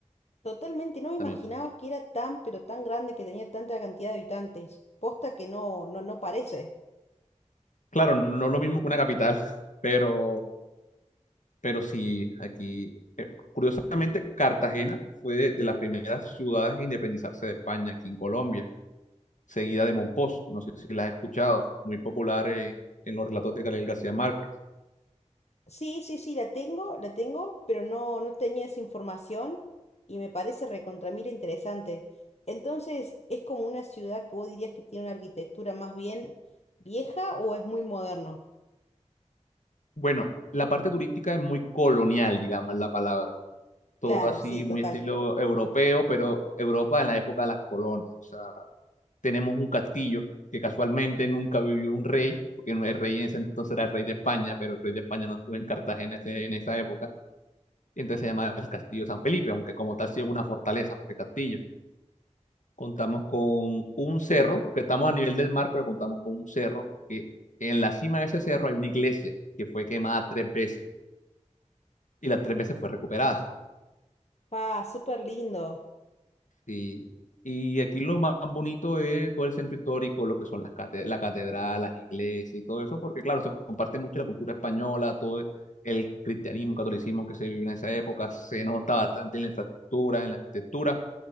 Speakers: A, on the left; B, on the left.
A: Totalmente, no me imaginaba
B: también.
A: que era tan, pero tan grande que tenía tanta cantidad de habitantes. Posta que no, no, no parece.
B: Claro, no lo mismo que una capital, <laughs> pero, pero sí, aquí, eh, curiosamente, Cartagena fue de, de las primeras ciudades en independizarse de España, aquí en Colombia. seguida de Monpós, que no sé si la has escuchado, muy popular eh, en los relatos de Gabriel García Márquez.
A: Sí, sí, sí, la tengo, la tengo, pero no, no tenía esa información y me parece recontra mil interesante. Entonces, ¿es como una ciudad que vos dirías que tiene una arquitectura más bien vieja o es muy moderno?
B: Bueno, la parte turística es muy colonial, digamos, es la palabra. Todo
A: Claro,
B: así,
A: sí,
B: muy
A: total.
B: estilo europeo, pero Europa en la época de las colonias. O sea, tenemos un castillo que casualmente nunca vivió un rey, porque no, el rey en ese entonces era el rey de España, pero el rey de España no estuvo en Cartagena ese- en esa época. Entonces se llama el Castillo San Felipe, aunque como tal sí es una fortaleza más que castillo. contamos con un cerro, que estamos a nivel del mar, pero contamos con un cerro, que en la cima de ese cerro hay una iglesia que fue quemada tres veces y las tres veces fue recuperada.
A: Pa, súper lindo.
B: Y, y aquí lo más bonito es todo el centro histórico, lo que son las cate- la catedral, las iglesias y todo eso, porque claro, se comparte mucho la cultura española, todo el cristianismo, catolicismo que se vivió en esa época, se nota bastante en la infraestructura, en la arquitectura.